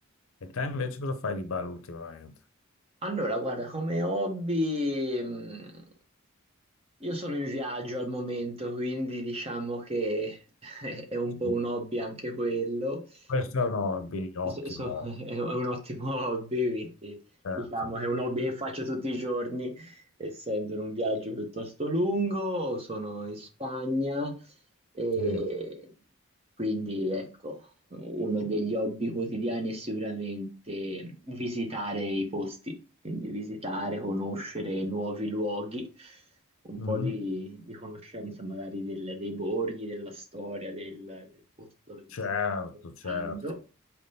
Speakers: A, on the left; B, on the right.
A: E te invece cosa fai di bello ultimamente?
B: Allora, guarda, come hobby, mh, io sono in viaggio al momento, quindi diciamo che <laughs> è un po'
A: Sì.
B: un hobby anche quello.
A: Questo
B: So-
A: è un hobby ottimo,
B: so- so- <laughs> è un ottimo hobby, quindi
A: certo.
B: diciamo che è un hobby che faccio tutti i giorni, essendo in un viaggio piuttosto lungo, sono in Spagna e
A: Sì.
B: quindi ecco, uno degli hobby quotidiani è sicuramente visitare i posti quindi visitare, conoscere nuovi luoghi, un
A: Mhm.
B: po' di, di conoscenza magari del- dei borghi, della storia, del, del posto dove mi
A: Certo,
B: sto spostando.
A: certo.